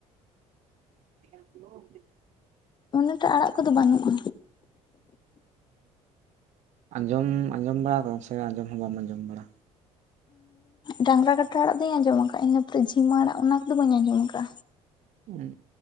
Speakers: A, on the right (about 65°); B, on the left (about 35°).
A: <unintelligible>
B: ᱚᱱᱮᱴᱟ ᱟᱲᱟᱜ ᱠᱚᱫᱚ ᱵᱟᱹᱱᱩᱜᱼᱟ
A: ᱟᱸᱡᱚᱢ ᱟᱸᱡᱚᱢ ᱵᱟᱲᱟᱠᱟᱫᱟᱢ ᱥᱮ ᱟᱸᱡᱚᱢ ᱦᱚᱸ ᱵᱟᱢ ᱟᱸᱡᱚᱢ ᱵᱟᱲᱟ
B: ᱰᱟᱝᱨᱟ ᱠᱟᱴᱟ ᱟᱲᱟᱜ ᱫᱚᱩᱧ ᱟᱸᱡᱚᱢ ᱟᱠᱟᱤᱧ ᱤᱱᱟᱹ ᱯᱚᱨᱮ ᱡᱷᱤᱢᱟᱹ ᱟᱲᱟᱜ ᱚᱱᱟ ᱠᱚᱫᱚ ᱵᱟᱹᱧ ᱟᱸᱡᱚᱢ ᱟᱠᱟᱜᱼᱟ
A: ᱩᱸ